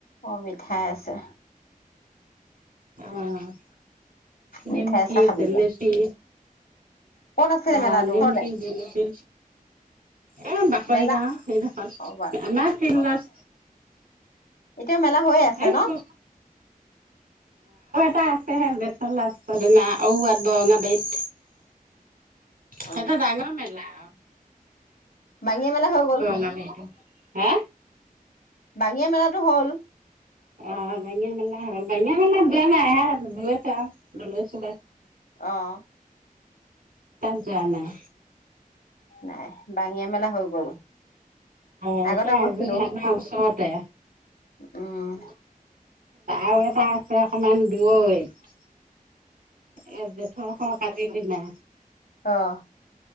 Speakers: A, on the left (about 85°); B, on the right (about 75°).
A: অ', মিঠাই আছে
B: অ', নিমকি,
A: মিঠাই চাহ খাবি
B: জেলেপি
A: এতিয়া ক'ত আছিলে
B: অ',
A: মেলাটো
B: নিমকি,
A: ওচৰতে
B: জেলেপি এ, বাকৰি
A: মেলা
B: গাঁও। সেইডখত
A: অ বা
B: আমাৰ ফিল্ডত
A: এতিয়া মেলা হৈয়েই আছে
B: এই
A: ন?
B: অ টা আছেহে <unintelligible> ঔৱাত বৰঙা বেইত।
A: অ
B: সেইটা ডাঙৰ মেলা, অহ,
A: বাঙিয়া মেলা হৈ গ'ল
B: বৰঙা বাৰীতে। হে?
A: বাাঙিয়া মেলাটো হ'ল?
B: অ বাই মান বাহ মান য নাইব
A: অহ।
B: তাত যোৱা নাই।
A: নাই, বাঙিয়া মেলা হৈ গ'ল।
B: আহ,
A: আগতে
B: এতিয়া
A: গৈছিলো
B: আজি আমাৰ ওচৰতে
A: উম
B: <unintelligible> আৰু এটা আছে অকমান দূৰৈত। এব জেঠৰ স কাতি দিনা
A: অহ।